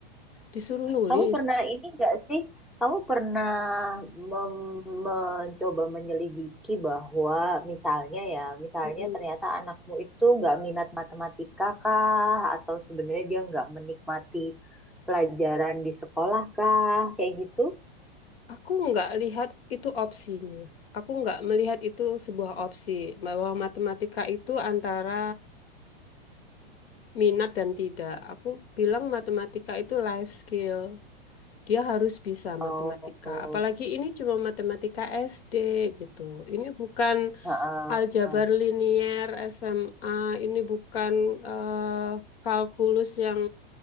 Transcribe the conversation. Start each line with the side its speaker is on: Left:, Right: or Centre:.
Left: disuruh nulis.
Centre: kamu pernah ini nggak sih? Kamu pernah mem- mencoba menyelidiki bahwa misalnya ya, misalnya
Left: Mm-mm.
Centre: ternyata anakmu itu nggak minat matematika kah? Atau sebenarnya dia nggak menikmati pelajaran di sekolah kah? Kayak gitu?
Left: Aku nggak lihat itu opsinya. Aku nggak melihat itu sebuah opsi bahwa matematika itu antara minat dan tidak. Aku bilang matematika itu life skill. Dia harus bisa
Centre: Oh,
Left: matematika.
Centre: oh,
Left: Apalagi ini cuma matematika SD gitu. Ini bukan
Centre: heeh,
Left: aljabar
Centre: heeh.
Left: linear SMA, ini bukan eh, kalkulus yang